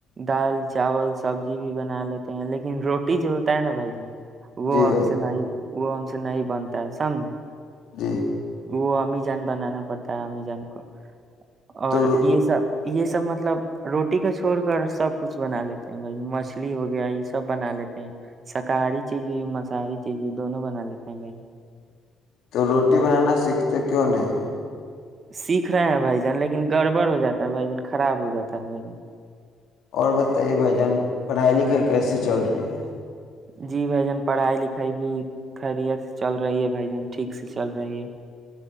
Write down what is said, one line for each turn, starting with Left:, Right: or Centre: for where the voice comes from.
Right: دال چاول سبزی بھی بنا لیتے ہیں لیکن روٹی جو ہوتا ہے نا بھائی جان وہ
Left: جی
Right: ہم
Left: بھائی جان
Right: سے نہیں وہ ہم سے نہیں بنتا سمج
Left: جی
Right: وہ امی جان بنانا پڑتا ہے امی جان کو اور
Left: تو رو-
Right: یہ سب یہ سب مطلب روٹی کا چھوڑ کر سب کچھ بنا لیتے ہیں بھائی مچھلی ہو گیا یہ سب بنا لیتے ہیں شاکاہاری چیز بھی مساہاری چیز بھی دونوں بنا لیتے ہیں بھائی
Left: تو روٹی بنانا سیکھتے کیوں نہیں ہے
Right: سیکھ رہے ہیں بھائی جان لیکن گڑبڑ ہو جاتا ہے بھائی جن خراب ہو جاتا ہے بھ جن
Left: اور بتائیے بھ جان پڑھائی لکھائی کیسے چل رہی ہے
Right: جی بھ جان پڑھائی لکھائی بھی خیریت سے چل رہی ہے بائی جن ٹھیک سے چل رہی ہے